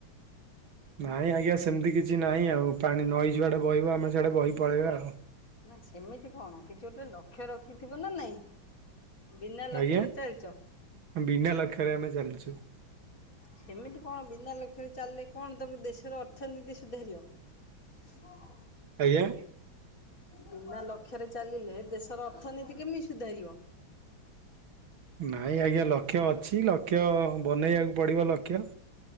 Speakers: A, on the right; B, on the left.
A: ନାଇଁ ଆଜ୍ଞା ସେମିତି କିଛି ନାହିଁ ଆଉ ପାଣି ନଈ ଯୁଆଡେ ବହିବ ଆମେ ସିଆଡେ ବହି ପଳେଇବା ଆଉ।
B: ନା ସେମିତି କଣ କିଛି ଗୋଟେ ଲକ୍ଷ୍ୟ ରଖିଥିବ ନା ନାଇଁ? ବିନା ଲକ୍ଷ୍ୟରେ
A: ଆଜ୍ଞା
B: ଚାଲିଛ।
A: ବିନା ଲକ୍ଷ୍ୟରେ ଆମେ ଚାଲିଛୁ।
B: ସେମିତି କଣ ବିନା ଲକ୍ଷ୍ୟରେ ଚାଲିଲେ କଣ ତମେ ଦେଶର ଅର୍ଥନୀତି ସୁଧାରିବ? ହ <unintelligible>
A: ଆଜ୍ଞା
B: ବିନା ଲକ୍ଷ୍ୟରେ ଚାଲିଲେ ଦେଶର ଅର୍ଥନୀତି କେମିତି ସୁଧାରିବ?
A: ନାଇଁ ଆଜ୍ଞା ଲକ୍ଷ୍ୟ ଅଛି। ଲକ୍ଷ୍ୟ ବନେଇବାକୁ ପଡ଼ିବ ଲକ୍ଷ୍ୟ।